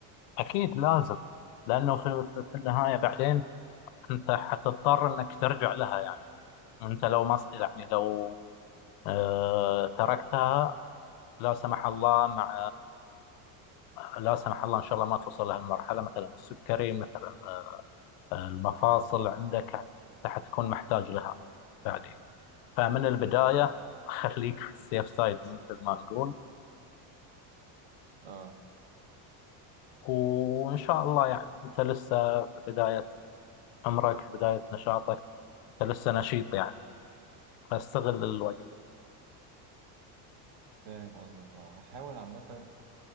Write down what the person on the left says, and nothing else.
أكيد لازم لأنه في في النهاية بعدين أنت حتضطر أنك ترجع لها يعني أنت لو ما يعني لو آه، تركتها لا سمح الله مع لا سمح الله ان شاء الله ما توصل لهالمرحله مثلا السكري مثلا آه، المفاصل عندك يعني راح تكون محتاج لها بعدين فمن البدايه <laughs> خليك في السيف سايد مثل ما نقول
وان شاء الله يعني انت لسه في بدايه عمرك في بدايه نشاطك انت لسه نشيط يعني فاستغل الوقت